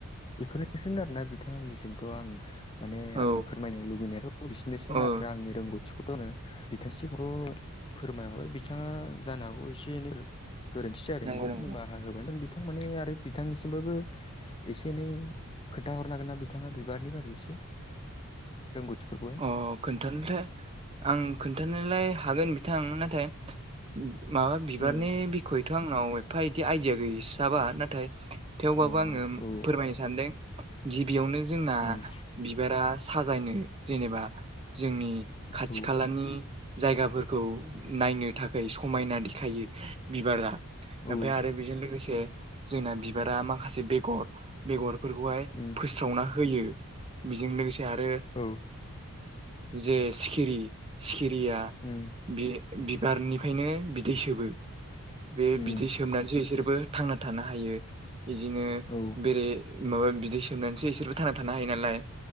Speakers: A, on the left; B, on the right.
A: बेफोरनोसै आरोना बिथां आंनिसिमथ' आं माने
B: औ
A: आंनि फोरमायनो लुबैनायाथ' बिसिनिसैमोन
B: ओ
A: आरो आंनि रोंगौथि रोगौथिखौथ फोरमायहरबाय बिथाङा जानो हागौ एसे एनै गोरोन्थि जादों
B: नंगौ नंगौ
A: निमाहा होबानो बिथां माने आरो बिथांनिसिमबाबो एसे एनै खोन्थााहरनो हागोन ना बिथाङा बिबारनि बारै एसे रोंगौथिफोरखौहाय
B: अ खोन्थानोलाय आं खोन्थानोलाय हागोन बिथां नाथाय माबा बिबारनि
A: उम
B: बिखयथ' आंनाव एफा इदि आइडिया गैसाबा नाथाय थेवबाबो
A: अ
B: आङो
A: औ
B: फोरमायनो सानदों गिबियावनो जोंना
A: नंगौ
B: बिबारा साजायनो जेनेबा जोंनि खाथि
A: औ
B: खालानि जायगाफोर खौ नायनो थाखाय समायना देखायो बिबारा
A: औ
B: ओमफ्राय आरो बेजों लोगोसे जोंना बिबारा माखासे बेगर बेगरफोरखौहाय
A: उम
B: फोस्रावना होयो बेजों लोगोसे आरो
A: औ
B: जे सिखिरि सिखिरिया
A: उम
B: बि बिबारनिफ्रायनो बिदै सोबो बे
A: उम
B: बिदै सोबनानैसो बिसोरबो थांना थानो हायो बिदिनो
A: औ
B: बेरे माबा बिदै सोंबनानैसो इसोरबो थांना थानो हायो नालाय